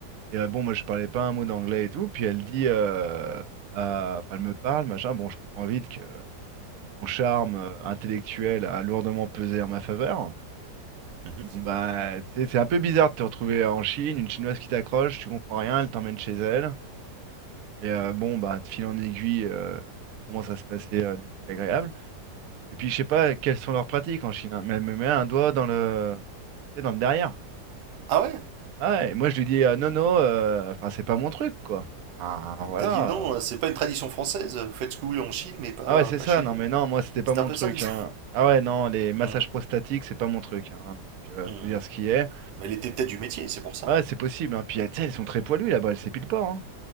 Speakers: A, on the right; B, on the right.
A: Et euh, bon, moi je parlais pas un mot d'anglais et tout. Puis elle dit, euh, à- enfin, elle me parle, machin. Bon, je comprends vite que Mon charme euh, intellectuel a lourdement pesé en ma faveur.
B: mhm.
A: Bon, bah, tu c'est un peu bizarre de te retrouver en Chine, une Chinoise qui t'accroche, tu comprends rien, elle t'emmène chez elle. Et euh, bon, bah, de fil en aiguille, euh, il commence à se passer euh, des trucs agréables. Et puis, je sais pas quelles sont leurs pratiques en Chine, hein, mais elle me met un doigt dans le, tu sais, dans le derrière.
B: Ah ouais
A: Ah Ouais, et moi, je lui dis, euh, non, non, euh, enfin, c'est pas mon truc, quoi. Ah, voilà.
B: T'as dit non, c'est pas une tradition française. Vous Faites ce que vous voulez en Chine, mais pas,
A: Ah ouais, c'est
B: pas
A: ça,
B: chez
A: non,
B: nous.
A: mais non, moi, c'était pas
B: C'était
A: mon
B: un peu
A: truc.
B: ça l'idée.
A: hein. Ah ouais, non, les massages
B: Mhm,
A: prostatiques, c'est pas mon truc. hein. Donc, euh,
B: mhm.
A: faut dire ce qui est.
B: Mais elle était peut-être du métier, c'est pour ça.
A: Ouais, c'est possible, hein. Puis euh, tu sais, elles sont très poilues là-bas, elles s'épilent pas, hein.